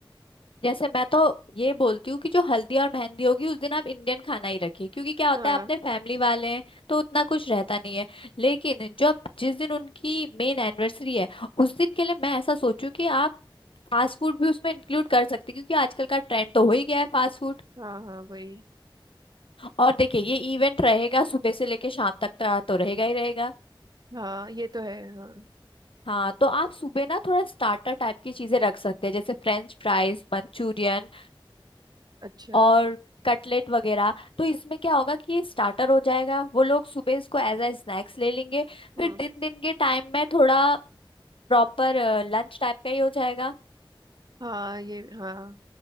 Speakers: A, on the left; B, on the right.
A: जैसे मैं तो ये बोलती हूँ कि जो हल्दी और मेहंदी होगी उस दिन आप इंडियन खाना ही रखिए क्योंकि क्या होता
B: हाँ
A: है अपने फैमिली वाले हैं तो उतना कुछ रहता नहीं है लेकिन जब जिस दिन उनकी मेन एनिवर्सरी है उस दिन के लिए मैं ऐसा सोचूं कि आप फास्ट फूड भी उसमें इंक्लूड कर सकते हैं, क्योंकि आजकल का ट्रेंड तो हो ही गया है फास्ट फूड
B: हाँ हाँ वही
A: और देखिए ये इवेंट रहेगा सुबह से लेके शाम तक का तो रहेगा ही रहेगा
B: हाँ ये तो है हाँ
A: हाँ तो आप सुबह ना थोड़ा स्टार्टर टाइप की चीजें रख सकते हैं जैसे फ्रेंच फ्राइज मंचूरियन
B: अच्छा
A: और कटलेट वगैरह तो इसमें क्या होगा कि ये स्टार्टर हो जाएगा वो लोग सुबह इसको एज अ स्नैक्स ले लेंगे
B: हम्म
A: फिर दिन दिन के टाइम में थोड़ा प्रॉपर लंच टाइप का ही हो जाएगा
B: हाँ ये हाँ